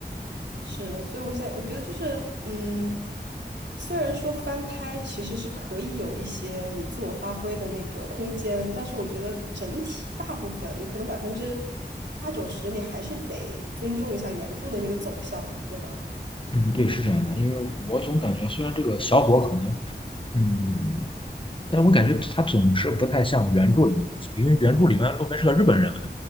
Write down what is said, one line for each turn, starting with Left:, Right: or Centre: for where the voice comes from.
Right: 是，所以我现在我觉得就是，嗯，虽然说翻拍其实是可以有一些你自我发挥的那个空间，但是我觉得整体大部分你可能百分之八九十，你还是得尊重一下原著的那个走向，对吧？
Left: 嗯，对，是这样的，因为我总感觉虽然这个小伙可能，嗯，嗯嗯但我感觉他总是不太像原著里面，因为原著里面路飞是个日本人。